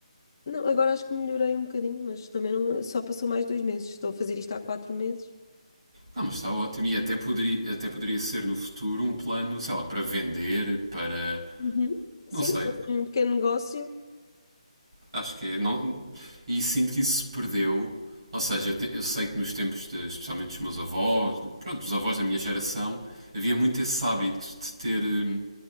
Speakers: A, on the left; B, on the right.
A: não, agora acho que melhorei um bocadinho, mas também não, só passou mais dois meses. Estou a fazer isto há quatro meses.
B: Não, mas está ótimo. E até poderia, até poderia ser no futuro um plano, sei lá, para vender, para.
A: Uhum. Sim,
B: Não sei.
A: um pequeno negócio.
B: Acho que é. Não, e sinto que isso se perdeu. Ou seja, eu, te- eu sei que nos tempos, de- especialmente dos meus avós, pronto, dos avós da minha geração, havia muito esse hábito de ter hum,